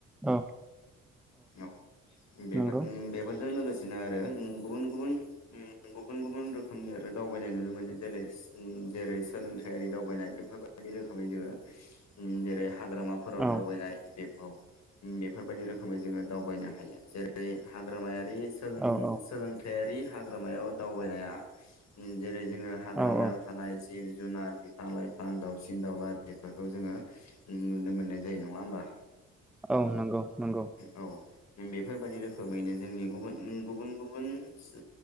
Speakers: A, in the centre; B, on the left.
A: औ
B: औ बेफोर
A: नंगौ
B: ओम बेफोरजों लोगोसे बिदिनो आरो गुबुन गुबुन गुबुन गुबुन रोखोमनि आरो दावबायनाय नुनो मोनो जेरै जेरै सोलोंथाइयारि दावबायनाय बेफोरबायदि रोखोमै जोङो जेरै हाग्रामाफोराव
A: औ
B: दावबायनाय बे औ बेफोरबायदि रोखोम रोखोमै जोङो दावबायनो हायो जेरै हाग्रामायारि
A: औ औ
B: सोलोंथाइयारि हाग्रामायाव दावबायनाया जेरै जोङो हाग्रामायाव
A: औ औ
B: थानाय जिब जुनार बिफां लाइफां दाउसिन दाउला बेफोरखौ जोङो नुनो मोननाय जायो नङा होमबा
A: औ नंगौ नंगौ
B: औ बेफोरबायदि रोखोमैनो जोंनि गुबुन-गुबुन-गुबुन सो